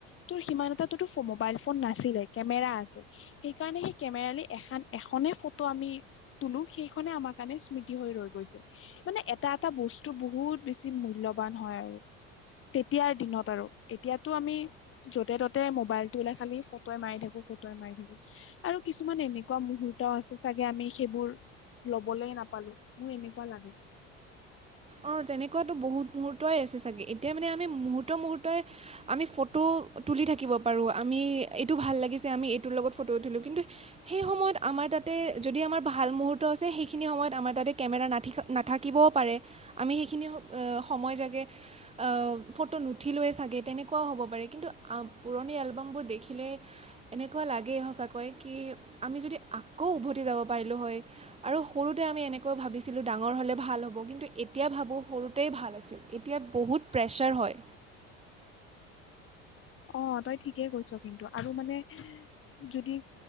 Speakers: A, on the left; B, on the right.
A: তোৰ সিমান এটা মবাইল ফ- ফন নাছিলে কেমেৰা আছিল, সেইকাৰণে সেই কেমেৰালে এখান এখনে ফটো আমি- তুলো সেইখনে আমাৰ কাৰণে স্মৃতি হৈ ৰৈ গৈছে। মানে এট- এটা এটা বস্তু বহুত বেছি মূল্যৱান হয় আৰু। তেতিয়াৰ দিনত আৰু এতিয়াতো আমি- য'তে ত'তে মোবাইলটো ওলাই খালি ফটো মাৰি থাকো, ফ- তাই মাৰি থাকো আৰু কিছুমান এনেকুৱা মূহুৰ্ত আছে চাগে আমি সেইবোৰ ল- বলে নাপালো, মোৰ এনেকুৱা লাগে।
B: অঁ তেনেকুৱাতো বহুত মুহুৰ্তই আছে চাগে এতিয়া মানে আমি মুহূৰ্ত মুহূৰ্তই- আমি ফটো তুলি থাকিব পাৰোঁ, আমি এইটো ভাল লাগিছে আমি এইটোৰ লগত ফটো তুলো কিন্তু, - সেই সময়ত আমাৰ তাতে যদি আমাৰ ভাল মুহূৰ্ত আছে সেইখিনি সময়ত আমাৰ তাতে কেমেৰা নাথিকা- নাথাকিবও পাৰে আমি সেইখিনি সময় জাগে- ফটো নুঠিলোৱে চাগে তেনেকুৱাও হ'ব পাৰে, কিন্তু পুৰণি এলবামবোৰ দেখিলে- এনেকুৱা লাগেই সঁচাকৈ কি আমি যদি আকৌ উভতি যাব পাৰিলোঁ হয়। আৰু সৰুতে আমি এনেকৈ ভাবিছিলোঁ ডাঙৰ হ'লে ভাল হ'ব, কিন্তু- এতিয়া ভাবোঁ সৰুতেই ভাল আছিল, এতিয়া বহুত প্ৰেছাৰ হয়।
A: অঁ তই ঠিকেই কৈছ কিন্তু আৰু মানে যদি